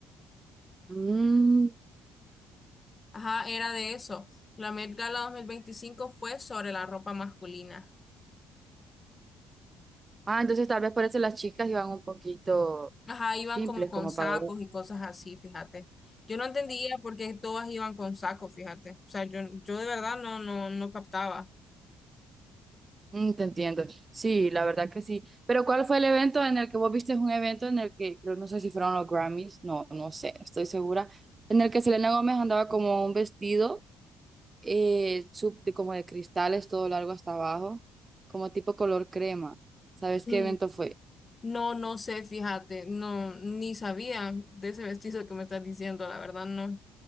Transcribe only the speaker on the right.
Mm.
Ah, entonces tal vez por eso las chicas iban un poquito
simples
como
para ir.
Mm, te entiendo. Sí, la verdad que sí. Pero ¿cuál fue el evento en el que vos viste? un evento en el que, creo, no sé si fueron los Grammys, no, no sé, estoy segura, en el que Selena Gómez andaba como un vestido eh, sub- de, como de cristales todo largo hasta abajo, como tipo color crema. ¿Sabes
qué evento fue?